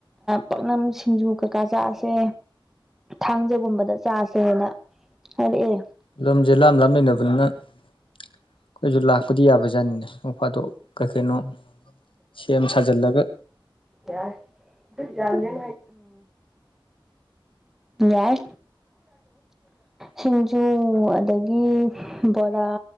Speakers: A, in the centre; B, on the left.
A: ꯄꯥꯛꯅꯝ ꯁꯤꯡꯖꯨ ꯀꯀꯥ ꯆꯥꯥꯁꯦ ꯊꯥꯡꯖꯒꯨꯝꯕꯗ ꯆꯥꯁꯦꯅ ꯍꯥꯏꯔꯛꯑꯦ
B: ꯂꯝꯁꯦ ꯂꯥꯞ ꯂꯥꯞ ꯂꯩꯅꯕꯅꯤꯅ ꯑꯩꯈꯣꯏꯁꯨ ꯂꯥꯛꯄꯗꯤ ꯌꯥꯕꯖꯥꯠꯅꯤꯅꯦ ꯅ‌ꯣꯡꯐꯗꯣꯛ ꯀꯩꯀꯩꯅꯣ ꯁꯦꯝ ꯁꯖꯜꯂꯒ
A: <unintelligible> ꯑꯥ ꯌꯥꯏ ꯁꯤꯡꯖꯨ ꯑꯗꯒꯤ ꯕꯣꯔꯥ